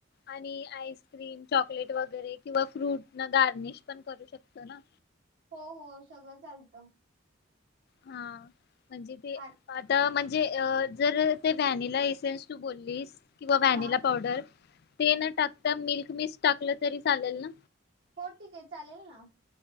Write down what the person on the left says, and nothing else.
आणि आईस्क्रीम चॉकलेट वगैरे किंवा फ्रूट न गार्निश पण करू शकतो ना.
हा म्हणजे ते
आता म्हणजे अ जर ते व्हॅनिला एसेन्स तु बोललीस किंवा व्हॅनिला
पावडर ते न टाकता मिल्क मिस्ट टाकलं तरी चालेल ना?